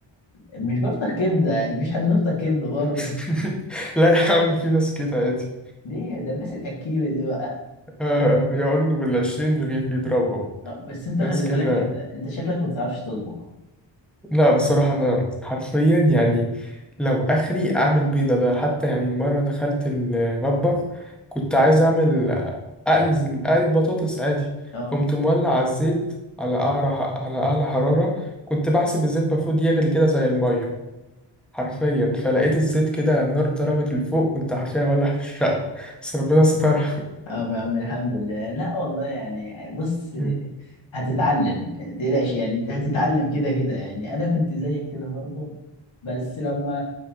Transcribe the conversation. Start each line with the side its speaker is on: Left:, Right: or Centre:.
Left: مش بفطر كبدة يعني مفيش حد بيفطر كبدة برضه
Centre: <laughs> لا يا عم في ناس كده عادي
Left: ليه ده الناس الأكيلة دي بقى
Centre: آه يقول له بالعشرين رغيف يضربه
Left: اه بس انت
Centre: ناس
Left: خلي
Centre: كده
Left: بالك انت انت شكلك ما بتعرفش تطبخ
Centre: لا بصراحة أنا حرفيا يعني لو آخري أعمل بيضة ده حتى يعني مرة دخلت المطبخ كنت عايز أعمل أقلي زي- أقلي بطاطس عادي
Left: اه
Centre: قمت مولع على الزيت على أعلى على أعلى حرارة كنت بحسب الزيت المفروض يغلي كده زي المية حرفيا فلقيت الزيت كده النار ضربت لفوق كنت حرفيا مولع في الشقة بس ربنا سترها
Left: اه يا عم الحمد لله لا والله يعني بص
Centre: <laughs> مم.
Left: هتتعلم تقلقش يعني انت هتتعلم كده كده يعني انا كنت زيك كده برضه بس لما